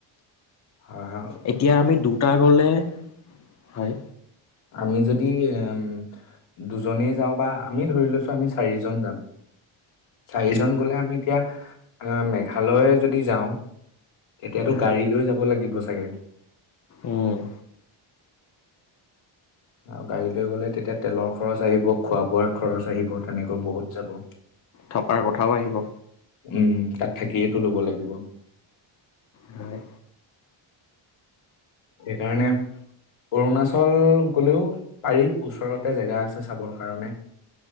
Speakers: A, on the left; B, on the left.
A: হা হা
B: এতিয়া আমি দুটা গ'লে হয়।
A: আমি যদি এম। <unintelligible> দুজনেই যাওঁ বা আমি ধৰি লৈছো আমি চাৰিজন যাম। চাৰিজন গ'লে আমি এতিয়া, অ, মেঘালয় যদি যাওঁ। এতিয়াতো
B: হয়
A: গাড়ী লৈ যাব লাগিব চা তাকে।
B: উম,।
A: আৰু গাড়ী লৈ গ'লে তেতিয়া তেলৰ খৰচ আহিব, খোৱা বোৱাৰ খৰচ আহিব, তেনেকৈ বহুত যাব।
B: থকাৰ কথাও আহিব।
A: উম, তাত থাকিয়েইটো ল'ব লাগিব।
B: হয়।
A: সেইকাৰণে, অৰুণাচল গ'লেও পাৰি ওচৰতে জেগা আছে চাবৰ কাৰণে।